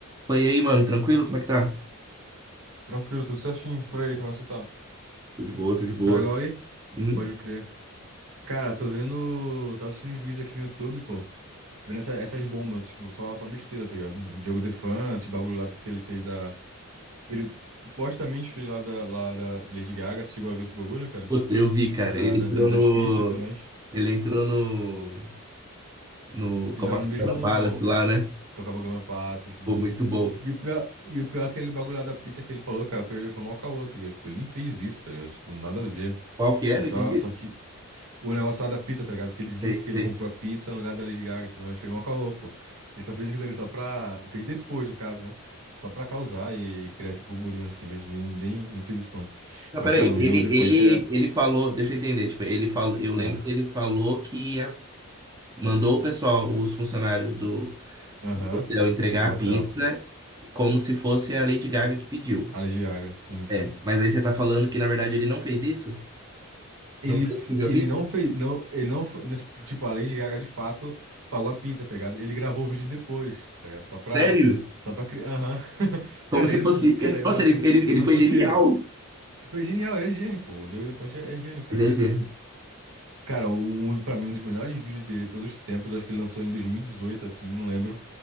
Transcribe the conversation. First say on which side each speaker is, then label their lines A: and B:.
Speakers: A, on the right; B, on the right.
A: Pô, E aí, mano, tranquilo? Como é que tá?
B: Tranquilo, tudo certinho por aí, como é que você tá?
A: Tô de boa, tô de boa.
B: Tá legal aí?
A: Uhum.
B: Pode crer. Cara, tô vendo. Tô assistindo uns vídeos aqui no YouTube, pô. Vendo essa- essas bombas, tipo, só, só besteira, tá ligado? Diogo Defante, esse bagulho lá que ele fez da. Ele supostamente fez lá da, lá da Lady Gaga. Você chegou a ver esse bagulho, cara?
A: Puta, eu vi, cara.
B: Da,
A: Ele
B: da,
A: entrou
B: da- das
A: no.
B: pizzas e tudo mais.
A: Ele entrou no. No
B: Ele
A: Copacabana
B: tava no mesmo.
A: Palace lá, né?
B: com a Copacabana Passa assim.
A: Pô, muito bom.
B: E o pior, e o pior é aquele bagulho lá da pizza que ele falou, cara, foi, foi mó caô, tá ligado? Tipo, ele nem fez isso, tá ligado? Tipo, nada a ver.
A: Qual que é?
B: Ele
A: Não
B: só,
A: entendi.
B: só que. O negócio lá da pizza, tá ligado? Que eles disseram
A: Sei,
B: que ele
A: sei.
B: comprou a pizza no lugar da Lady Gaga e tudo mais. Foi mó caô, pô. Ele só fez aquilo ali só pra. Fez depois, no caso, né? Só pra causar e, criar esse burburinho assim. Mas nem, nem, nem fez isso, não.
A: Ah,
B: Mas,
A: peraí.
B: cara,
A: Ele,
B: o jogo The
A: ele,
B: Fantasy é.
A: ele falou. Deixa eu entender. Tipo, ele falou. Eu lembro
B: Ah,
A: que ele falou que ia- mandou o pessoal, os funcionários do,
B: Aham.
A: do hotel, entregar
B: do hotel.
A: a pizza como se fosse a Lady Gaga que pediu.
B: A Lady Gaga, sim, sim.
A: É. Mas aí você tá falando que, na verdade, ele não fez isso?
B: Ele,
A: Não foi
B: f-
A: ele que pediu
B: ele
A: a pizza?
B: não fez. Não, ele não, foi- não, tipo, tipo, a Lady Gaga de fato pagou a pizza, tá ligado? Ele gravou o vídeo depois, tá ligado? Só pra.
A: Sério?
B: Só pra criar. Aham. <laughs>
A: Como
B: Cara,
A: se
B: ele.
A: fosse.
B: Cara,
A: ele-
B: eu.
A: Nossa, ele, ele,
B: Como
A: ele foi
B: se fosse
A: genial.
B: ele. Foi genial, ele é gênio, pô. O Diogo Defante é, é gênio, cara.
A: Ele é gênio.
B: Cara, o, um, pra mim, um dos melhores vídeos dele todos os tempos, acho que ele lançou em 2018, assim, não lembro.